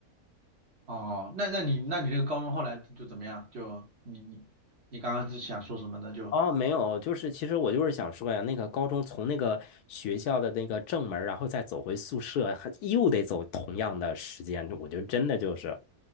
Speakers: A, on the right (about 45°); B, on the left (about 75°).
A: 哦，那那你那你这个高中后来就怎么样？就你你你刚刚是想说什么呢？就
B: 哦，没有，就是其实我就是想说呀，那个高中从那个学校的那个正门儿然后再走回宿舍，还又得走同样的时间，我就真的就是